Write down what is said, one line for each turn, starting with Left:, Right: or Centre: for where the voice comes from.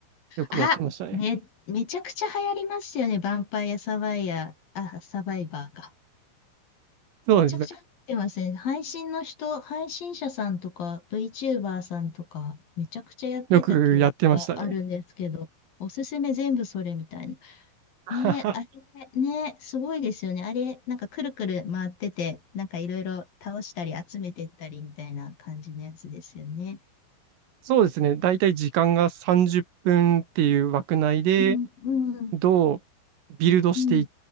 Right: よくやってましたね。
Left: あ、め、めちゃくちゃ流行りましたよね。ヴァンパイアサバイヤー、あ、サバイバーか。
Right: そうですね。
Left: めちゃくちゃ流行ってますね。配信の人、配信者さんとか VTuber さんとかめちゃくちゃやってた記憶があるんですけど。
Right: よくやってましたね。
Left: おすすめ全部それみたいな。
Right: <laughs>
Left: ええあれね、すごいですよね。あれ、なんかくるくる回ってて、なんかいろいろ倒したり集めてったりみたいな感じのやつですよね。
Right: そうですね。だいたい時間が30分っぷんっていう枠内で、
Left: うん、うん、うん、
Right: どうビルドしていっ
Left: うん、